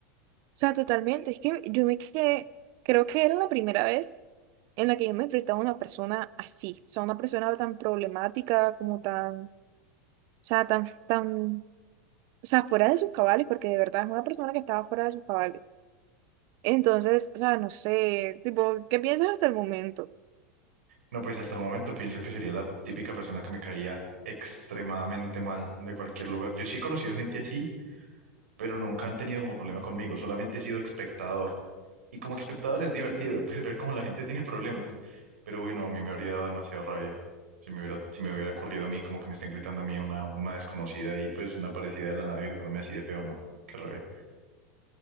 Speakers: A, on the right (about 50°); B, on the right (about 75°).
A: sea, totalmente. Es que yo me quedé, creo que era la primera vez en la que yo me enfrentaba a una persona así. O sea, una persona tan problemática, como tan O sea, tan, tan, o sea, fuera de sus cabales, porque de verdad es una persona que estaba fuera de sus cabales. Entonces, o sea, no sé, tipo, ¿qué piensas hasta el momento?
B: No, pues hasta el momento pienso que sería la típica persona que me caería extremadamente mal de cualquier lugar. Yo sí he conocido gente así, pero nunca han tenido como problema conmigo, solamente he sido espectador. Y como espectador es divertido, <laughs> pues ver cómo la gente tiene problemas. Pero uy, no, a mí me habría dado demasiado rabia. Si me hubiera, si me hubiera ocurrido a mí como que me estén gritando a mí una, una desconocida y pues una parecida de la nada gritándome así de feo, no, qué rabia.